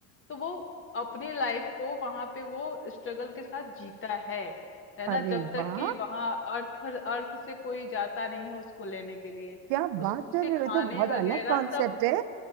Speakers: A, on the left; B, on the right.
A: तो वो अपनी लाइफ को वहां पे वो स्ट्रगल के साथ जीता है है ना
B: अरे
A: जब तक
B: वाह
A: कि वहां अर्थ अर्थ से कोई जाता नहीं है उसको लेने के लिए
B: क्या बात
A: उस उसके
B: कर रहे
A: खाने
B: हो ये तो बहुत
A: वगैरह
B: अलग कॉन्सेप्ट
A: सब
B: है